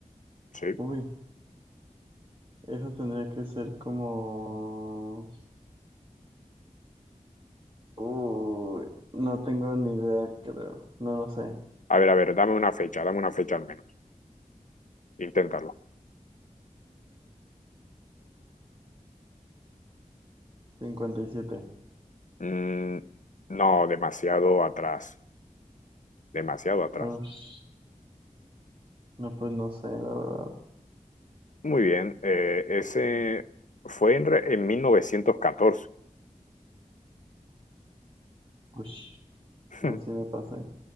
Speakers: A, on the left; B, on the right.
A: Sí.
B: uy, eso tendría que ser como... Uy, no tengo ni idea, creo, no, no sé.
A: A ver, a ver, dame una fecha, dame una fecha al menos. Inténtalo.
B: 1857.
A: Mm, no, demasiado atrás. Demasiado atrás.
B: Ush, no, pues no sé, la verdad.
A: Muy bien. eh, ese fue en, re- en mil novecientos catorce
B: Ush,
A: <laughs>
B: no sé si me pasé.